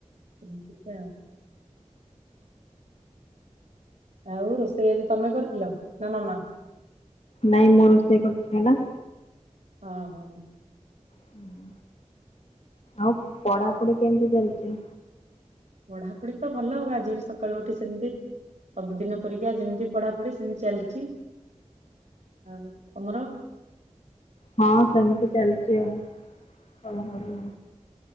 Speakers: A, on the right; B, on the left.
A: ଏମିତିକା। ଆଉ ରୋଷେଇ ଆଜି ତମେ କରିଥିଲ ନା ମାମା?
B: ନାଇଁ ମୁଁ ରୋଷେଇ କରିଥିଲି ନା।
A: ହଁ ହଁ।
B: ନା। ଆଉ ପଢାପଢି କେମିତି ଚାଲିଛି?
A: ପଢାପଢି ତ ଭଲ। ଆଉ ଆଜି ବି ସକାଳୁ ଉଠି ସେମିତି। ସବୁଦିନ ପରିକା ଯେମିତି ପଢାପଢି ସେମିତି ଚାଲିଛି। ଆଉ ତମର?
B: ହଁ ସେମିତି ଚାଲିଛି ଆଉ। ପଢାପଢି।